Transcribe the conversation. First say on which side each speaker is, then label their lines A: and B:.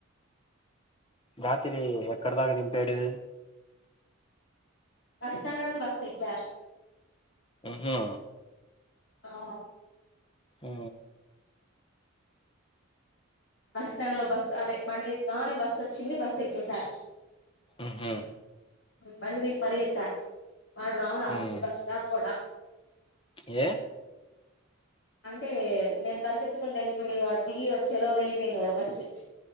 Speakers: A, on the left; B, on the left.
A: రాత్రి ఎక్కడ దాకా దింపాడు.
B: బస్ స్టాండ్ లోనే బస్ ఎక్కా?
A: మ్ ఊ
B: ఆ
A: ఊ
B: బస్ స్టాండ్ లో బస్సు అదే బండి ఎక్కగానే బస్సు వచ్చింది బస్ ఎక్కేసా
A: మ్ ఊ
B: బండి దిగి పరిగెత్తా. వాడు రాల అసలు
A: ఉమ్
B: బస్ స్టాప్ కూడ
A: ఏ
B: అంటే నేను పరికెత్తుకుంటు వెళ్ళిపోయే వాడు దిగి వచ్చేలా వెళ్ళిపోయింది మా బస్సు.